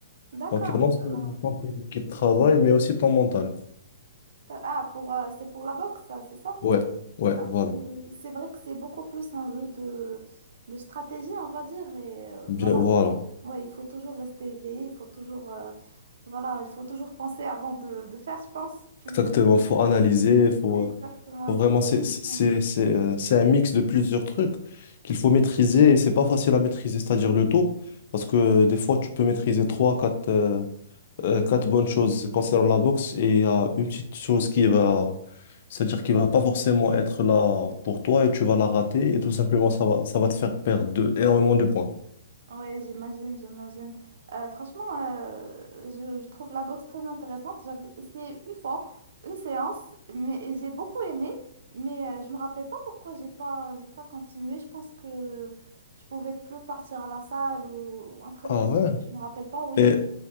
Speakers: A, on the right (about 60°); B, on the left (about 50°).
A: D'accord.
B: Donc, il y a non seulement
A: Ah, hmm,
B: ton physique qui travaille,
A: ok.
B: mais aussi ton mental.
A: Ah, pour, euh, c'est pour la boxe, ça, c'est ça?
B: Ouais, ouais,
A: Ah,
B: voilà.
A: euh, c'est vrai que c'est beaucoup plus un jeu de, de stratégie, on va dire. Et euh,
B: Bien,
A: voilà,
B: voilà.
A: ouais, il faut toujours rester éveillé, il faut toujours, euh, voilà, il faut toujours penser avant de, de faire, je pense. Tu
B: Exactement.
A: me corriges si
B: Faut
A: je
B: analyser,
A: me trompe.
B: faut,
A: Exactement,
B: faut
A: il
B: vraiment.
A: faut.
B: C'est c'est-
A: ouais.
B: c'est- c'est, euh, c'est un mix de plusieurs trucs qu'il faut maîtriser et c'est pas facile à maîtriser, c'est-à-dire le tout. Parce que des fois, tu peux maîtriser trois, quatre. euh, euh, quatre bonnes choses concernant la boxe et il y a une petite chose qui va, c'est-à-dire qui va pas forcément être là pour toi et tu vas la rater et tout simplement ça va, ça va te faire perdre de- énormément de points.
A: Ouais, j'imagine, j'imagine. Euh, franchement, euh, je, je trouve la boxe très intéressante. J'avais essayé une fois, une séance, mais et j'ai beaucoup aimé, mais euh, je me rappelle pas pourquoi j'ai pas, j'ai pas continué. Je pense que je pouvais plus partir à la salle ou, ou un truc
B: Ah
A: comme ça.
B: ouais.
A: Je me rappelle pas, oui.
B: Et,